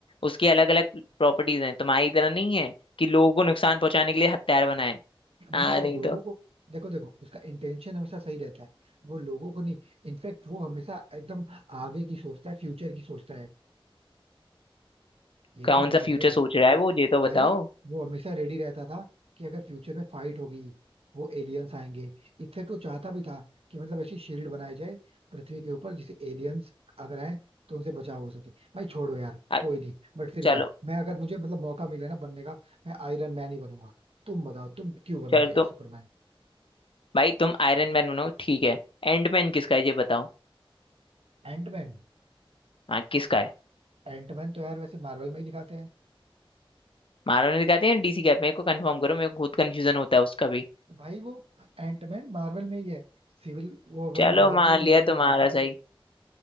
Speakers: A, on the left; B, on the right.
A: उसकी अलग अलग प्रॉपर्टीज हैं तुम्हारी तरह नहीं है कि लोगों को नुकसान पहुंचाने के लिए हथियार बनाए
B: नहीं
A: हाँ
B: नहीं भाई
A: नहीं
B: लोगों
A: तो
B: को देखो देखो उसका इंटेंशन हमेशा सही रहता है वो लोगों को नहीं इनफैक्ट वो हमेशा एकदम आगे की सोचता है फ्यूचर की सोचता है ये
A: कौन
B: चीज मानो
A: सा फ्यूचर
B: भाई
A: सोच रहा है वो ये तो
B: भाई
A: बताओ
B: वो हमेशा रेडी रहता था कि अगर फ्यूचर में फाइट होगी वो एलियंस आएंगे इनफैक्ट वो चाहता भी था कि मतलब ऐसी शील्ड बनाई जाए पृथ्वी के ऊपर जिसे एलियंस अगर आए तो उनसे बचाव हो सके भाई छोड़ो यार
A: आ,
B: कोई नहीं बट फिर
A: चलो
B: भी मैं अगर मुझे मतलब मौका मिले ना बनने का मैं आयरन मैन ही बनूंगा तुम बताओ तुम क्यों बनोगे
A: चलो तो
B: सुपरमैन
A: भाई तुम आयरन मैन बनो ठीक है एंड मैन किसका है ये बताओ
B: एंटमैन
A: हाँ किसका है
B: एंटमैन तो यार वैसे मार्वल में ही दिखाते हैं
A: मारो ने दिखाते हैं डीसी कैप मेरे को कंफर्म करो मेरे को खुद कंफ्यूजन होता है उसका भी
B: भाई वो एंटमैन मार्वल में ही है सिविल वॉर
A: चलो
B: वॉर
A: मान
B: में वो
A: लिया
B: लड़ा भी
A: तुम्हारा
B: था
A: सही